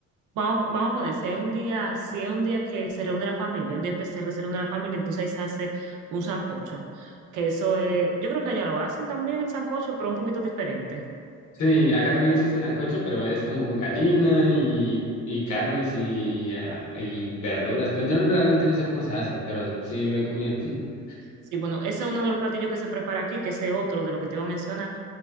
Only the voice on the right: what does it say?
Vamos, vamos a poner, si hay un día, si hay un día que se reúne la familia, un día especial que se reúne la familia, entonces ahí se hace un sancocho. Que eso es, yo creo que allá lo hacen también el sancocho, pero un poquito diferente.
Sí,
Sí, bueno, ese es uno de los platillos que se prepara aquí, que ese es otro de lo que te iba a mencionar.